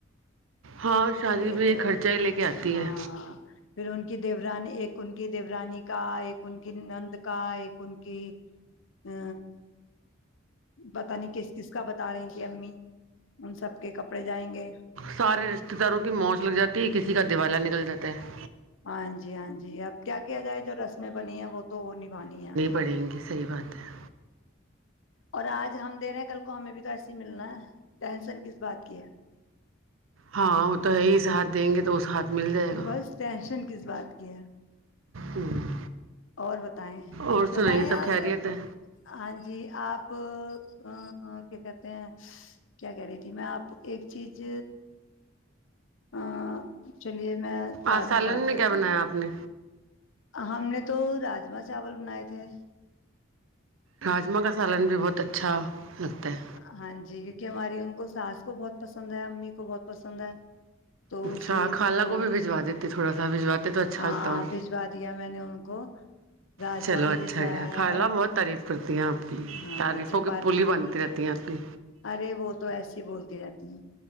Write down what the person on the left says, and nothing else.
پھر
ہاں
پھر ان کی دیو دی رانی ایک ان کی دی رانی کا ایک ان کی نند کا ایک ان کی ا پت نہیں کس کس کا بتا رہی تھی امی ان سب کے کپڑے جائیں گے
ہاں جی ہاں جی اب کیا کیا جائے جو رسمیں بنی ہیں وہ تو نبھانی ہے
اور آج ہم دنے ہیں کل کو ہمیں بھی تو ایسے ہی ملنا ہے ٹینسن کس بات کی ہے
بس ٹینشن کس بات کی ہے
اور بتائیں
بتائیں
آپ
ہاں جی آپ کیا کہتے ہیں کیا کہہ رہی تھی میں آپ ایک چیز <unintelligible> اس لیے میں بعد
میں بات کرتی
ہ ہم نے تو راجما چاول بنائے تھے
ہاں جی کیونکہ ہماری ان کو سانس کو بہت پسند ہے امی کو بہت پسند ہے تو
اس لیے
پھر وہ
ہاں
بھجوا دیا میں نے ان کو راجما
بھی
بھجوایا
ہے
ہاں
چپاتی
بھی
ارے وہ تو ایسیے ہی بولتی رہتی ہیں